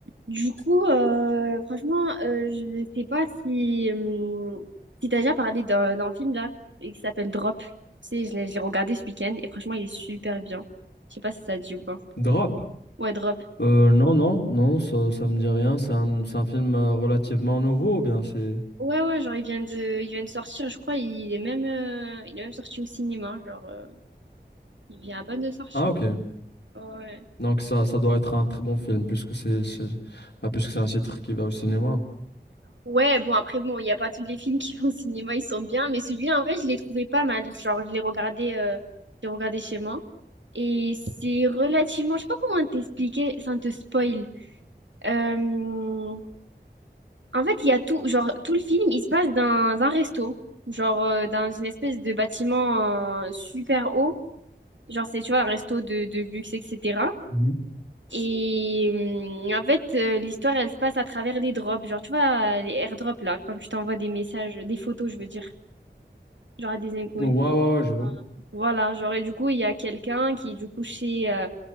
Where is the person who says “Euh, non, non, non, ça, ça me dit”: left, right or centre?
Left